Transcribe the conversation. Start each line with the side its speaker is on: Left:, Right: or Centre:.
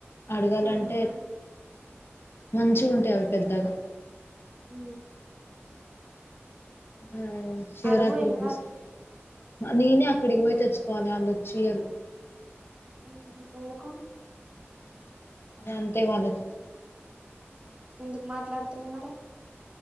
Left: అడగాలంటే
Right: అవును
Left: మంచి ఉంటాయి అవి పెద్దగా
Right: హ
Left: ఆ శివరాత్రికి
Right: అడుగు ఏం
Left: తీసు
Right: కాదు
Left: నేనే అక్కడికి పోయి తెచ్చుకోవాలి వాళ్ళు వచ్చియరు
Right: <inaudible> ఎందుకు
Left: అ అంతే వాళ్ళకు
Right: ఎందుకు మాట్లాడుతులే మరి